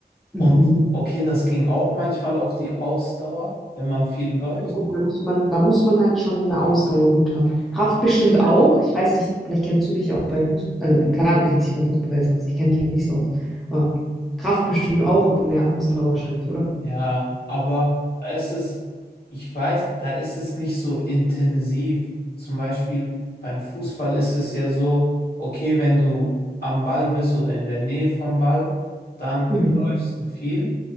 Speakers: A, in the centre; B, on the left (about 65°).
A: Mhm.
B: und okay, das ging auch manchmal auf die Ausdauer, wenn man viel läuft.
A: Ja gut, da muss man, da muss man halt schon eine Ausdauer gut haben. Kraft bestimmt auch. Ich weiß nicht, vielleicht kennst du dich auch bei Fußball. Also klar, du kennst dich bei Fußball besser aus. Ich kenne mich halt nicht so aus. Aber Kraft bestimmt auch, aber mehr Ausdauer wahrscheinlich, oder?
B: Ja, aber da ist es, ich weiß, da ist es nicht so intensiv. Zum Beispiel beim Fußball ist es ja so, okay, wenn du am Ball bist oder in der Nähe vom Ball, dann
A: Mhm.
B: läufst du viel,